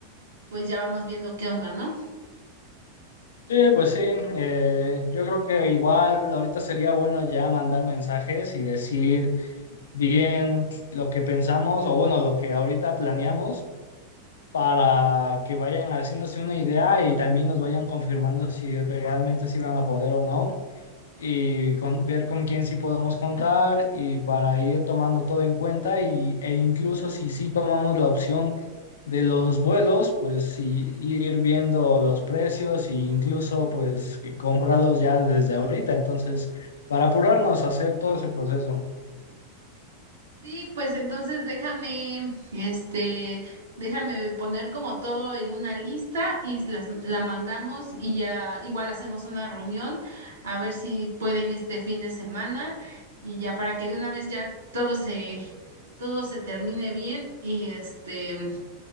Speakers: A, on the right; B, on the left.
A: pues ya vamos viendo qué onda, ¿no?
B: Sí, pues sí, eh, yo creo que igual ahorita sería bueno ya mandar mensajes y decir bien lo que pensamos o bueno, lo que ahorita planeamos para que vayan haciéndose una idea y también nos vayan confirmando si realmente sí van a poder o no y con- ver con quién sí podemos contar y para ir tomando todo en cuenta y, e incluso si sí tomamos la opción de los vuelos, pues sí, ir viendo los precios e incluso pues que comprarlos ya desde ahorita. Entonces, para apurarnos a hacer todo ese proceso.
A: Sí, pues entonces déjame, este, déjame poner como todo en una lista y las, la mandamos y ya igual hacemos una reunión a ver si pueden este fin de semana y ya para que de una vez ya todo se, todo se termine bien y este,